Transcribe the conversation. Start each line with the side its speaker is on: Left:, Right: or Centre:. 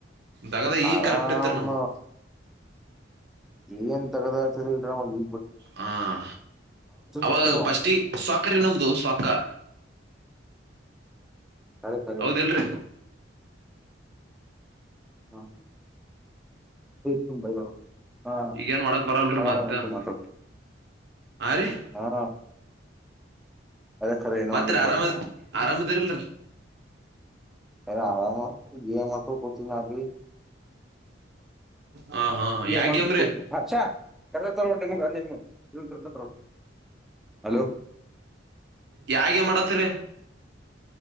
Right: ದಗದ ಈಗ
Centre: ಆರಾಮ
Right: ಕರೆಕ್ಟ್ ಇತ್ರಿ ನಮ್ದು
Centre: ಏನ್ ತಗದರ್ತದಲ್ರ ನ ಈ
Right: ಹ ಅವಾಗ
Centre: ಮಾಡಿದೇವ್ ನಾವ್
Right: ಫಸ್ಟಿ ಸ್ ಅಕರೆ ನಮ್ದು ಸಾಕಾರ
Centre: ಖರೆ ಖರೆ
Right: ಹೌದ ಎಲ್ರಿ
Centre: ಹಓ ಸುಪಾಯ ಹಾ
Right: ಈಗೇನ್ ಮಾಡಕ್ ಬರಲ್ರಿ
Centre: ಆರಾಮ
Right: ಮತ್ತನ್
Centre: ಮಾತ
Right: ಆ ರೀ
Centre: ಹಾ ಅದೇ ಖರೆ ಏನೋ
Right: ಮತ್
Centre: ಹಳಕ್
Right: ಆರಾಮ
Centre: ಬಂದು
Right: ಆರಾಮದಿರಲ್ರಿ
Centre: ಎ ಹಾಮ ಗಕ ಪ್ರಚಿ ನಿ
Right: ಹ ಹಾ ಯಾಗೇಮ್ರೀ
Centre: ಮಾಡ ಹಾಾ ಕದ ತ ಒಟೆ ಮ ಅ ಹಲೋ
Right: ಯಾಾಗೆ ಮಾಡತ್ರಿ